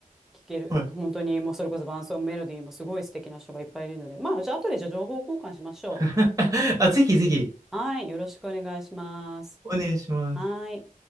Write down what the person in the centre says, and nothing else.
聴ける、
本当に、もうそれこそ伴奏もメロディーもすごい素敵な人がいっぱいいるので、まあ、じゃあ、後でじゃあ情報交換しましょ
う。はい、よろしくお願いします。
はい。